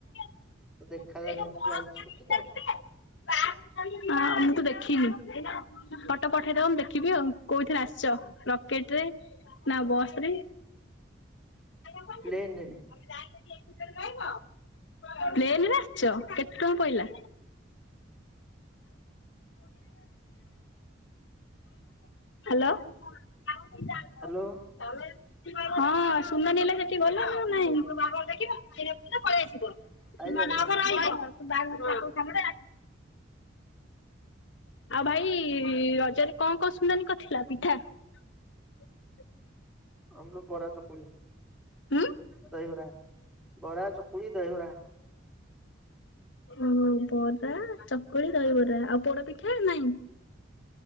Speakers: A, on the left; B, in the centre.
A: ଏ <unintelligible>
B: ଦେଖା ଯାଉନି ଏଠି ଥୁଆ ହେଇଛି ସ୍କୁଟି ଟା
A: ହଁ ମୁଁ ତ ଦେଖିନି ଫଟୋ ପଠେଇଦବ ମୁଁ ଦେଖିବି ଆଉ କୋଉଥିରେ ଆ ଛ ରକେଟ୍ ରେ ନା ବସ୍ ରେ? <inaudible>
B: ପ୍ଲେନରେ
A: ପ୍ଲେନ୍ ରେ ଆସିଛ କେ <inaudible> କଣ ପଇଲା? ଲୋ <inaudible> ଆ ତମ <inaudible>
B: ହ୍ୟାଲୋ
A: ହଁ ସୁନାନୀ ହେଲା ସେଠି ଗଲ ଆ ନାଇଁ ପଳେଇ ଆସିବ <inaudible>
B: ଆଇଲାଣି
A: ବ ସାଙ୍ଗ <inaudible> ଆଉ ଭାଇ ରଜରେ କଣ କଣ ସୁନାଲୀ କଥିଲା ପିଠା? <unintelligible>
B: ଆମର ବରା ଚକୁଳି
A: ଉଁ?
B: ଦହିବରା ବରା ଚକୁଳି ଦହିବରା।
A: ଓହୋ ବରା ଚକୁଳି ଦହିବରା ଆଉ ପୋଡ ପିଠା ନାଇଁ?